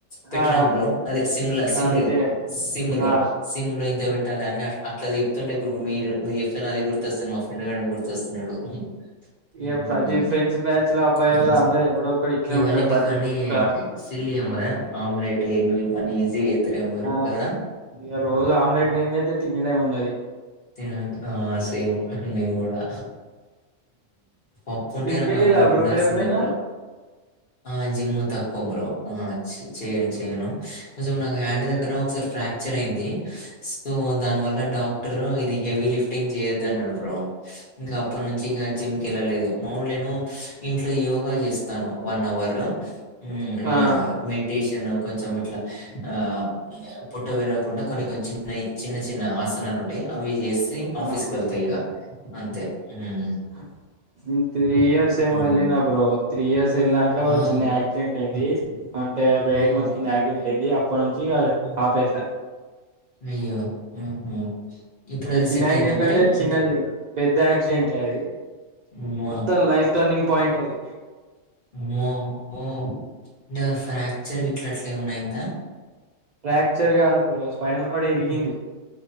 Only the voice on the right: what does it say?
ఆ
ఆ విజిలాండ్
ఆ
ఇగ ప్రతి ఫ్రెండ్స్ బ్యాచ్ లో అబ్బాయిలలో
అందరు ఎవడో ఒకడు ఇట్లే
ఉంటాడు
ప్రతి
ఒక్క దాంట్లో
అ
ఇగా రోజు ఆమ్లెట్ లేనీదే అయితే తినుడే ఉండది
జిమ్
కెళ్ళిలా
బ్రో
మీరు ఎప్పుడైనా
చెయ్యరా
అవునా
ఆ,
ఆహా
అ నేను త్రీ ఇయర్స్ ఏమో
వెళ్ళిన బ్రో త్రీ ఇయర్స్ వెల్లినాక
చిన్న యాక్సిడెంట్ అయింది.
అంటే ఒక
ఎయిట్ మంత్స్ కింద
యాక్సిడెంట్
అయింది. అప్పటి నుంచి ఇగ
ఆపేశ
చిన్న
యాక్సిడెంట్
చిన్నది
కాదు పెద్ద యాక్సిడెంట్ అది
మొత్తం లైఫ్ టర్నింగ్ పాయింట్ అది
ఫ్రాక్చర్ కాదు బ్రో స్పైనల్ కోడ్ ఇరిగింది